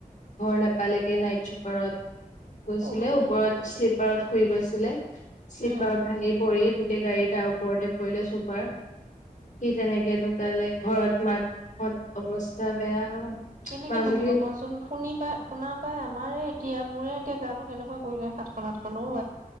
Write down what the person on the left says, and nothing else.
ঘৰ নাপালেগে নাইট চুপাৰত গৈছিলে
ওপৰত
শ্লিপাৰত শুই গৈছিলে শ্লিপাৰ
ভাঙি পৰি গাড়ী তাৰ ওপৰতে পৰিলে চুপাৰ সি তেনেকতো কালে ঘৰত মাকত অৱস্থা বেয়া
মাজুলীৰ